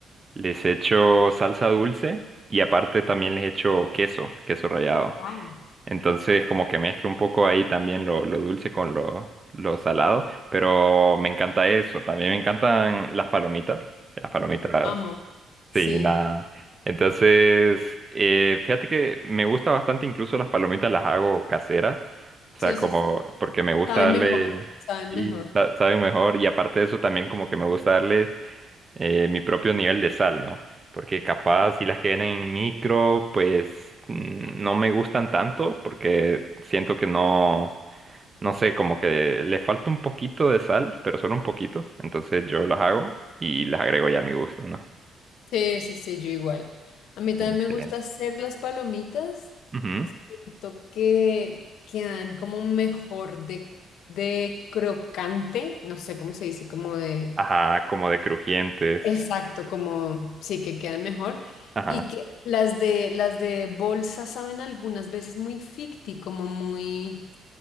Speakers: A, on the right (about 30°); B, on the left (about 75°).
A: les echo salsa dulce y aparte también les echo queso, queso rallado.
B: Wow.
A: Entonces, como que mezclo un poco ahí también lo, lo dulce con lo, lo salado, pero me encanta eso. También me encantan las palomitas, las palomitas
B: Amo. Sí,
A: Sí, nada. Entonces, eh, fíjate que me gusta bastante, incluso las palomitas las hago caseras, o sea,
B: sí,
A: como
B: sí, sí.
A: porque me gusta
B: Saben
A: darle,
B: mejor, saben
A: sí,
B: mejor.
A: sa- saben mejor, y aparte de eso también como que me gusta darle eh, mi propio nivel de sal, ¿no? Porque capaz si las que vienen en micro, pues mm, no me gustan tanto, porque siento que no, no sé, como que le falta un poquito de sal, pero solo un poquito, entonces yo las hago y las agrego ya a mi gusto, ¿no?
B: Sí, sí, sí, yo igual. A mí también
A: Excelente.
B: me gusta hacer las palomitas.
A: Ujú.
B: Siento que quedan como mejor de, de crocante, no sé cómo se dice, como de...
A: Ajá, como de crujientes.
B: Exacto, como sí, que quedan mejor.
A: Ajá.
B: Y que las de, las de bolsa saben algunas veces muy ficti, como muy...